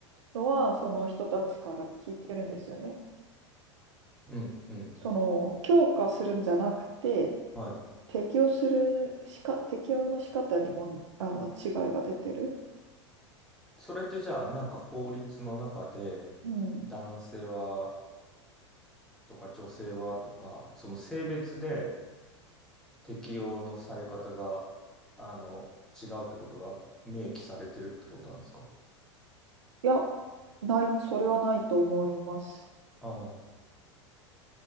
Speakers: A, on the right; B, in the centre.
A: のは、その人たちから聞いてるんですよね。
B: うん、うん。
A: その、強化するんじゃなくて、
B: はい。
A: 適用するしか、適用の仕方にも、あの、違いが出てる。
B: それってじゃあ、なんか法律の中で、
A: うん
B: 男性はとか女性はとか、その性別で適用のされ方が、あの、違うってことが明記されてるってことなんですか
A: いや、ない、それはないと思います。
B: ああ、